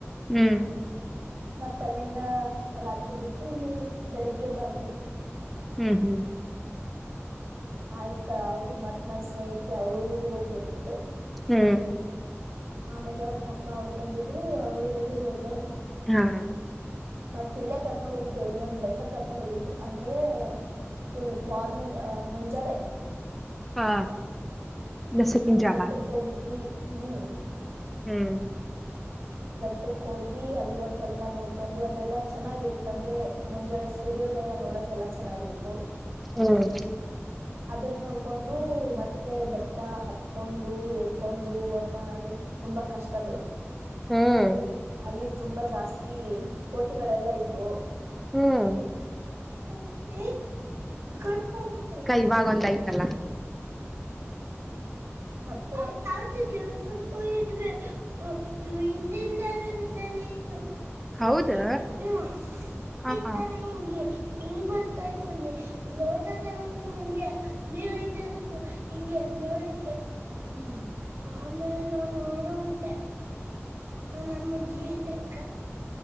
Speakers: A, in the centre; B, on the right.
A: ಹ್ಮ್
B: ಮತ್ತ ಅಲ್ಲಿಂದ ರಾತ್ರಿ ಬಿಟ್ಟು ಇಲ್ಲಿ ಬೆಳಿಗ್ಗೆ ಬಂದ್ವಿ
A: ಹ್ಮ್ ಹ್ಮ್
B: ಆಯ್ತಾ ಅವಳು ಮತ್ ನನ್ ಸ್ನೇಹಿತೆ ಅವಳು ಊರಿಗ್ ಹೋಗ್ಬೇಕಿತ್ತು
A: ಹ್ಮ್
B: ಆಮೇಲೆ ಅವ್ರ್ ಪಪ್ಪ ಅವ್ರು ಬಂದಿದ್ರು ಅವ್ಳು ಊರಿಗ್ ಹೋದ್ಲು
A: ಹಾ
B: ಮತ್ತಿಲ್ಲೆ ಕರ್ಕೊಂಡ್ ಹೋಗಿದ್ದೆ ಇಲ್ಲಿ ಒಂದ್ ಬೆಟ್ ಟ್ಟಕ್ ಕರ್ಕೊಂಡ್ ಹೋಗಿದ್ವಿ ಅಂದ್ರೆ ಫುಲ್ ಮಾರ್ನಿಂಗ್ ಆ ಮುಂಜಳೆ
A: ಹಾ ನಸುಕಿನ್
B: ಇಲ್ ಒಂದ್
A: ಜಾವ
B: ಬೆಟ್ಟಕ್ ಹೋಗಿದ್ವಿ ಹ್ಮ್
A: ಹ್ಮ್
B: ಬೆಟ್ಟುಕ್ ಹೋಗಿ ಅಲ್ ಒಂದ್ ಸ್ವಲ್ಪ ನೋಡ್ಕೊಂಡು ಅಲ್ಲೆಲ್ಲಾ ಚೆನ್ನಾಗಿರುತ್ ಅಂದ್ರೆ ಮುಂಜಳೆ ಸೂರ್ಯೋದಯ ನೋಡಕ್ ಕೆಲ್ಲ ಚೆನ್ನಾಗಿತ್ತು
A: ಹ್ಮ್
B: ಅದುನ್ ನೋಡ್ಕೊಂಡು ಮತ್ತೆ ಬೆಟ್ಟ ಹತ್ಕೊಂಡು ಇಳ್ಕೊಂಡು ತಾ ಅದು ತುಂಬಾ ಕಷ್ಟ ಬಿಡು
A: ಹ್ಮ್
B: ಅಲ್ಲಿ ತುಂಬಾ ಜಾಸ್ತಿ ಕೋತಿಗಳೆಲ್ಲಾ ಇದ್ವು
A: ಹ್ಮ್
B: ಕೋತೀ ಇಗನ <unintelligible>
A: ಇವಾಗೊಂದ್ ಐತಲ
B: ಮತ್ತೆ ಮತ್ಯಾವತ್ತು ದೇವ್ಸ್ಥಾನುಕ್ ಹೋಗಿದ್ರೆ ಓ ಹಿಂದ್ ಹಿಂದೆನೆ ಬತ್ತಾನೆ ಇತ್ ತ್ತು
A: ಹೌದಾ
B: ಕೋತಿ ಹೂ ಹಿಂದ್
A: ಹ
B: ಹಿಂದಾನೆ
A: ಹಾ
B: <unintelligible> ಹಿಂಗ್ ಬರ್ತಾ ಇತ್ತು ಅಲ್ಲಿ ಲೋಟ ತಗಂತು ಹಿಂಗೆ ನೀರು ಐತನ ಗೊ ಹಿಂಗೆ ನೋಡಕ್ ಕ್ಕೆ ಹ್ಮ್ ಆಮೇಲ್ ನಾನು ಓಡೋಗ್ಬಿಟ್ಟೆ ಮ್ಮ್ ನಮ್ಮ ಜೀರ್ ತೆಕ್ಕ